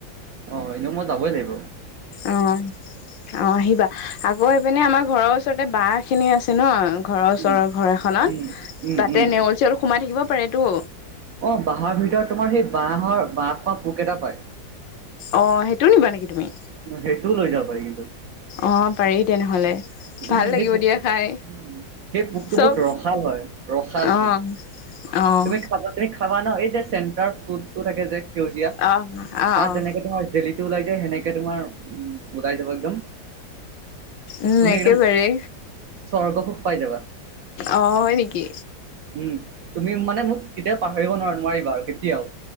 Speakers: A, on the right (about 70°); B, on the left (about 75°).
A: অ', এনে মই যাবই লাগম
B: অ', অ', আহিবা। আকৌ আহি পিনে আমাৰ ঘৰৰ ওচৰতে বহ খিনি আছে ন' ঘৰৰওৰৰ
A: উম।
B: ঘৰ এখনত
A: উম উম
B: তাতে
A: উম
B: নেওলছি- আৰু সোমাই থাকিব পাৰেতো।
A: অ', বাঁহৰ ভিতৰত তোমাৰ সেই, বহৰ বাঁহ বা পোক এটা পায়।
B: অ', সেইটো নিবা নেকি? তুমি?
A: সেইটোও লৈ যাব পাৰি কিন্তু।
B: অ', পাৰি তেনেহলে। ভাল
A: উম',
B: লাগিব
A: সেই পোকটো
B: দিয়া খাই
A: উ সেই পোকটো
B: চব
A: বহুত ৰসাল হয়। ৰসাল
B: অ',
A: পো
B: অ',
A: তুমি খাবা, তুমি খাবা ন' এই যে, চেণ্টাৰ ফুডটো থাকে যে সেউজীয়া,
B: অ', অ',
A: তাত
B: অ'।
A: যেনেকে তোমাৰ দেলহিিতটো ওলাই যায় সেনেকে তোমাৰ উ ওলাই যাব একদম।
B: উম',
A: তুমি
B: একেবাৰে।
A: একদম স্বৰ্গ খুব পাইবা।
B: অ, হয় নেকি?
A: উম', তুমি মানে মোক কেতিয়াও পাহৰিব ন নোৱাৰিবা আৰু। এতিয়াও।